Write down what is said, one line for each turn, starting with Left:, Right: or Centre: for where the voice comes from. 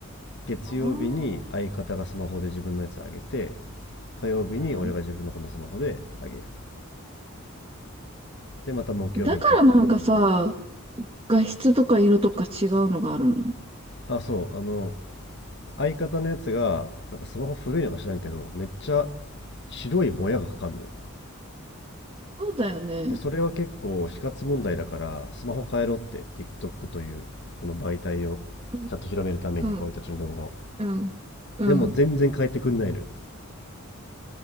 Left: 月曜日に相方がスマホで自分のやつあげて、
Right: あー。
Left: 火曜日に俺が自分のこのスマホであげる。
Right: う
Left: で、また木曜日に撮ってっていう。
Right: ん。だからなんかさ、画質とか色とか違うのがあるの
Left: あ、そう、あの、相方のやつが、なんかスマホ古いのか知らんけど、めっちゃ白いぼやがかかんのよ。
Right: そうだよね。
Left: で、それは結構死活問題だから、スマホ変えろって、TikTok という、この媒体を
Right: うん、
Left: ちゃんと広めるために、
Right: うん、
Left: 俺たちの動画を。
Right: うん、うん。
Left: でも全然変えてくんないのよ。